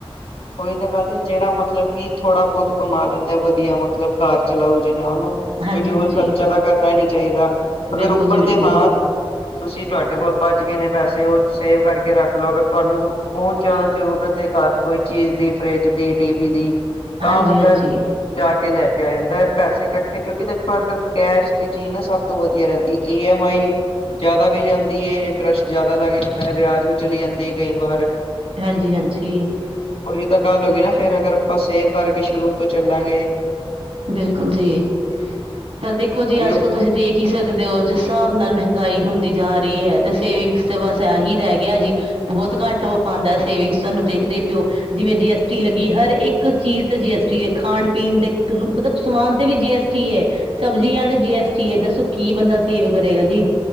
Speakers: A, on the left; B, on the right.
A: ਉਹੀ ਤਾਂ ਗੱਲ ਜਿਹੜਾ ਮਤਲਬ ਕਿ ਥੋੜਾ ਬਹੁਤ ਕਮਾ ਲੈਂਦਾ ਵਧੀਆ ਮਤਲਬ ਘਰ ਚਲਾਉ ਜਿੰਨਾ ਉਹਨੂੰ
B: ਹਾਂਜੀ
A: ਫਜੂਲ
B: ਹਾਂਜੀ
A: ਖ਼ਰਚਾ ਤਾਂ ਕਰਨਾ ਹੀ ਨਹੀਂ ਚਾਹੀਦਾ
B: ਬਿਲਕੁਲ
A: ਅਗਰ ਉੱਪਰ
B: ਜੀ ਬਿਲਕੁਲ
A: ਦੇ ਹਾਂ। ਤੁਸੀਂ ਤੁਹਾਡੇ ਕੋਲ ਬਚ ਗਏ ਨੇ ਪੈਸੇ ਉਹ ਸੇਵ ਕਰਕੇ ਰੱਖ ਲਓ ਅਗਰ ਤੁਹਾਨੂੰ ਬਹੁਤ ਜ਼ਿਆਦਾ ਜ਼ਰੂਰਤ ਹੈ ਘਰ ਕੋਈ ਚੀਜ਼ ਦੀ ਫਰਿਜ ਦੀ ਟੀਵੀ ਦੀ ਤਾਂ
B: ਹਾਂਜੀ
A: ਬੰਦਾ
B: ਹਾਂਜੀ
A: ਜਾ ਕੇ ਲੈ ਕੇ ਆ ਜਾਂਦਾ ਹੈ ਪੈਸੇ ਇਕੱਠੇ ਕਿਉਂਕਿ ਦੇਖੋ ਅੱਜ ਕੱਲ ਕੈਸ਼ ਦੀ ਚੀਜ਼ ਨਾ ਸਭ ਸਭ ਤੋਂ ਵਧੀਆ ਰਹਿੰਦੀ ਏ ਮਾਈ ਜ਼ਿਆਦਾ ਵੀ ਜਾਂਦੀ ਹੈ ਇੰਟਰਸਟ ਜਿਆਦਾ ਲੱਗ ਜਾਂਦਾ ਹੈ ਵਿਆਜ ਵੀ ਚਲੀ ਜਾਂਦੀ ਹੈ ਕਈ ਵਾਰ
B: ਹਾਂਜੀ-ਹਾਂਜੀ ਛੇ
A: ਉਹੀ ਤਾਂ ਗੱਲ ਹੋ ਗਈ ਨਾ ਫਿਰ ਅਗਰ ਆਪਾਂ ਸੇਵ ਕਰਕੇ ਸ਼ੁਰੂ ਤੋਂ ਚੱਲਾਂਗੇ।
B: ਬਿਲਕੁਲ ਜੀ ਪਰ ਦੇਖੋ ਜੀ
A: ਅਈਓ
B: ਅੱਜ ਕੱਲ ਤੁਸੀਂ ਦੇਖ ਕੀ ਸਕਦੇ ਹੋ ਜਿਸ ਹਿਸਾਬ ਨਾਲ ਮਹਿੰਗਾਈ ਹੁੰਦੀ ਜਾ ਰਹੀ ਹੈ ਤੇ ਸੇਵਿੰਗਸ ਤਾਂ ਬਸ ਇਹੀ ਰਹਿ ਗਿਆ ਜੀ ਬਹੁਤ ਘੱਟ ਉਹ ਪਾਉਂਦਾ ਸੇਵਿੰਗਸ ਸਾਨੂੰ ਦੇਖਦੇ ਪਿਓ ਜਿਵੇਂ ਜੀ ਐਸ ਟੀ ਲੱਗੀ ਹਰ ਇੱਕ ਚੀਜ਼ ਤੇ ਜੀ ਐਸ ਟੀ ਖਾਣ ਪੀਣ ਦੇ ਮਤਲਬ ਸਮਾਨ ਤੇ ਵੀ ਜੀ ਐਸ ਟੀ ਹੈ ਸਬਜ਼ੀਆਂ ਤੇ ਜੀ ਐਸ ਟੀ ਦੱਸੋ ਕੀ ਬੰਦਾ ਸੇਵ ਕਰੇਗਾ ਜੀ